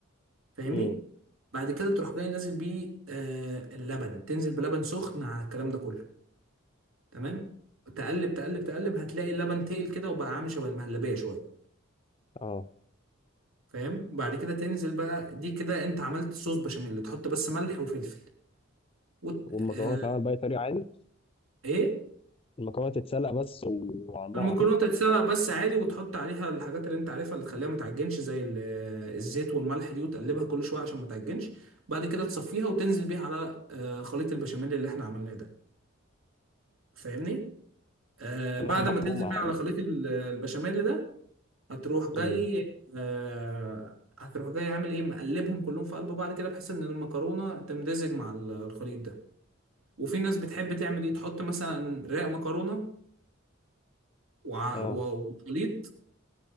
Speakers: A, on the right; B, on the left.
A: فاهمني؟
B: امم
A: بعد كده تروح جاي نازل بيه آه اللبن تنزل بلبن سخن على الكلام ده كله تمام؟ تقلب تقلب تقلب هتلاقي اللبن تقل كده وبقى عامل شبه المهلبية شوية
B: اه
A: فاهم وبعد كده تنزل بقى دي كده انت عملت صوص بشاميل تحط بس ملح وفلفل وت...
B: والمكرونه
A: آه...
B: تعمل باي طريقه عادي
A: ايه
B: المكرونه تتسلق بس وعلى النار
A: المكرونه
B: على طول
A: تتسلق بس عادي وتحط عليها الحاجات اللي انت عارفها اللي تخليها ما تعجنش زي ال- آه، الزيت والملح دي وتقلبها كل شويه عشان ما تعجنش بعد كده تصفيها وتنزل بيها على آه، خليط البشاميل اللي احنا عملناه ده فاهمني آه
B: واللحمة
A: بعد
B: مفرومة
A: ما تنزل بيها
B: يا عم
A: على خليط ال- آه، البشاميل ده هتروح جاي
B: مم.
A: آه هتروح جاي عامل ايه مقلبهم كلهم في قلب بعض كده بحيث ان المكرونه تمتزج مع ال- الخليط ده وفي ناس بتحب تعمل ايه تحط مثلا رق مكرونه وع-
B: اه
A: و- وخليط